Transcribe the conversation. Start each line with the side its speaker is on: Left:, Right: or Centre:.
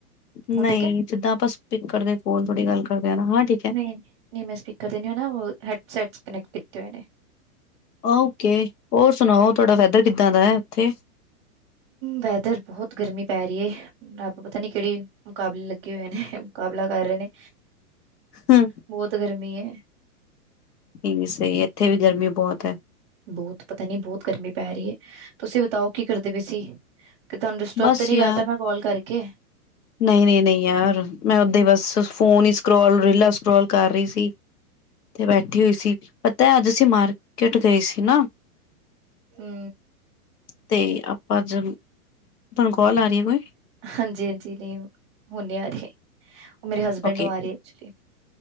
Left: ਨਹੀਂ,
Right: ਹੁਣ ਠੀਕ ਹੈ
Left: ਜਿੱਦਾਂ ਆਪਾਂ ਸਪਿੱਕਰ ਦੇ ਕੋਲ ਥੋੜੀ ਗੱਲ ਕਰਦੇ ਹ ਨਾ ਹਾਂ ਠੀਕ ਹੈ
Right: ਨਹੀਂ-ਨਹੀਂ, ਮੈਂ ਸਪੀਕਰ ਤੇ ਨਹੀਂ, ਮੈ ਨਾ ਹੈਢ ਸੈਟ ਕਨੈਕਟ ਕੀਤੇ ਹੋਏ ਨੇ।
Left: ਓਕੇ, ਹੋਰ ਸੁਣਾਓ ਤੁਹਾਡਾ ਵੈਦਰ ਕਿੱਦਾਂ ਦਾ ਹੈ ਉੱਥੇ?
Right: ਵੈਦਰ ਬਹੁਤ ਗਰਮੀ ਪੈ ਰਹੀ ਏ। ਰੱਬ ਪਤਾ ਨੀ ਕਿਹੜੇ ਮੁਕਾਬਲੇ ਲੱਗੇ ਹੋਏ ਨੇ? ਮੁਕਾਬਲਾ ਕਰ ਰਹੇ ਨੇ।
Left: ਹੂੰ।
Right: ਬਹੁਤ ਗਰਮੀ ਏ।
Left: ਏਵੀ ਸਹੀ ਇੱਥੇ ਵੀ ਗਰਮੀ ਬਹੁਤ ਹੈ।
Right: ਬਹੁਤ ਪਤਾ ਨੀ ਬਹੁਤ ਗਰਮੀ ਪੈ ਰਹੀ ਹੈ, ਤੁਸੀਂ ਬਤਾਓ ਕੀ ਕਰਦੇ ਪਏਸੀ? ਤੇ ਤੁਹਾਨੂੰ ਡਿਸਟਰਬ
Left: ਬਸ
Right: ਤੇ ਨਹੀਂ
Left: ਯਾਰ
Right: ਕਰਤਾ ਮੈਂ ਕਾਲ ਕਰਕੇ
Left: ਨਹੀਂ- ਨਹੀਂ, -ਨਹੀਂ ਯਾਰ, ਮੈਂ ਓਦਾਂ ਬਸ ਫੋਨ ਹੀ ਸਕਰੋਲ ਰੀਲਾ ਸਕਰੋਲ ਸਕਰੋਲ ਕਰ ਰਹੀ ਸੀ ਤੇ ਬੈਠੀ ਹੋਈ ਸੀ, ਪਤਾ ਅੱਜ ਅਸੀਂ ਮਾਰਕੀਟ ਗਏ ਸੀ ਨਾ।
Right: ਹੂੰ।
Left: ਤੇ ਆਪਾਂ ਜ ਤੁਹਾਨੂੰ ਕਾੱਲ ਆਰੀ ਏ ਕੋਈ।
Right: ਹਾਂਜੀ-ਹਾਂਜੀ, ਨਹੀਂ ਮੈਨ ਨਹੀਂ ਆ ਰਹੀ ਉਹ ਮੇਰੇ ਹਸਬੈਂਡ
Left: ਓਕੇ
Right: ਨੂੰ ਆ ਰਹੀ ਐਕਚੁਲੀ।